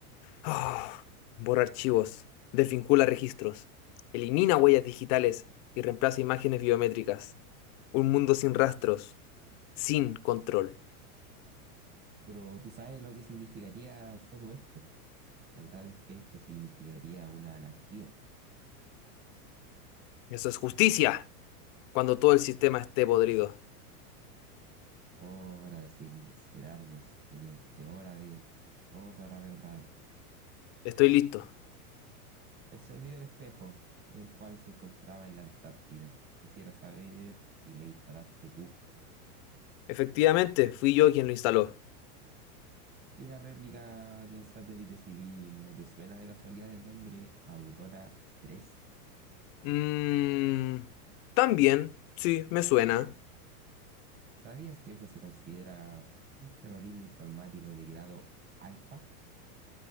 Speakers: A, on the left (about 45°); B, on the right (about 20°).
A: Ah, borra archivos, desvincula registros, elimina huellas digitales y reemplaza imágenes biométricas. Un mundo sin rastros, sin control.
B: Pero tú sabes lo que significaría todo esto. La verdad es que esto significaría una anarquía.
A: Eso es justicia, cuando todo el sistema esté podrido.
B: Hora de sincerarnos, teniente, hora de toda la verdad.
A: Estoy listo.
B: El servidor espejo, el cual se encontraba en la Antártida. Quisiera saber si lo instalaste tú.
A: Efectivamente, fui yo quien lo instaló.
B: Y la réplica del satélite civil, ¿no te suena de casualidad el nombre Aurora tres.
A: Mmm... También, sí, me suena.
B: ¿Sabías que eso se considera un terrorismo informático de grado alfa?